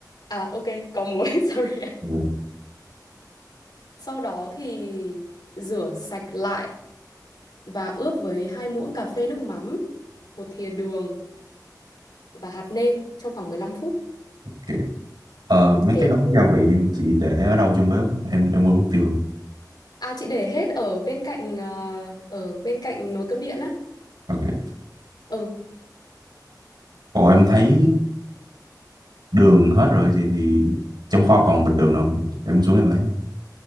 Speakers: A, on the left; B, on the right.
A: À ok, có muối, <laughs> sorry.
B: Ừ,
A: Sau đó thì rửa sạch lại và ướp với hai muỗng cà phê nước mắm, một thìa đường và hạt nêm trong khoảng 15 phút.
B: ok ờ mấy
A: Kê
B: cái đống
A: chân-
B: gia vị chị để ở đâu trong bếp á? em em quên mất tiêu rồi
A: à chị để hết ở bên cạnh ờ, ở bên cạnh nồi cơm điện á.
B: ok
A: Ừ.
B: ồ em thấy đường hết rồi chị thì trong kho còn bịch đường đâu không chị em xuống em lấy